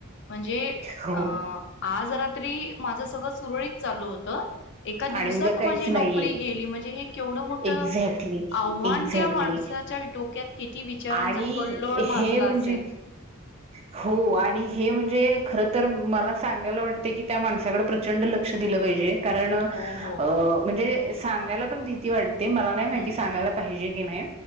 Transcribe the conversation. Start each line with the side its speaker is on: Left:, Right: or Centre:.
Left: म्हणजे
Right: हो
Left: अ आजरा माझं सगळं सुरळी चालू होत एका दिवसात
Right: आणि उद्या काहीच
Left: माझी
Right: नाहीये
Left: नोकरी गेली म्हणजे हे केवढं मोठ
Right: एक्झॅक्टली
Left: आव्हान
Right: एक्झॅक्टली
Left: त्या माणसाच्या डोक्यात किती विचारांचा
Right: आणि
Left: कल्लोळ माजला
Right: हे म्हणजे
Left: असेल.
Right: हो आणि हे म्हणजे ते खर तर मला सांगायला वाटते की त्या माणसाकड प्रचंड लक्ष दिलं पाहिजे कारण अ
Left: हो हो.
Right: म्हणजे सांगायला पण भीती वाटते ते मला नाही माहिती
Left: हम्म
Right: सांगायला पाहिजे नाही